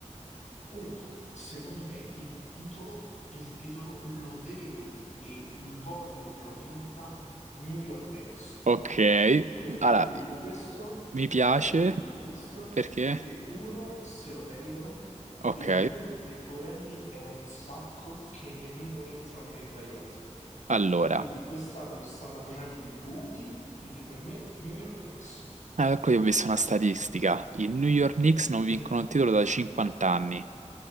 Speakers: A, on the left; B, on the right.
A: Allora, secondo me il titolo, il titolo lo deve e l- voglio che lo vinca New York Knicks.
B: Ok,
A: Perché
B: allora,
A: ti dico questo?
B: mi piace
A: Perché ti dico questo?
B: perché...
A: Perché uno, se lo meritano,
B: Ok,
A: e due, perché Porelli è un sacco che nemmeno entrano nei playoff.
B: allora,
A: Quindi quest'anno stanno facendo i buchi, quindi per me New York Knicks.
B: ecco io ho visto una statistica. I New York Knicks non vincono
A: Mm.
B: il titolo da 50 anni.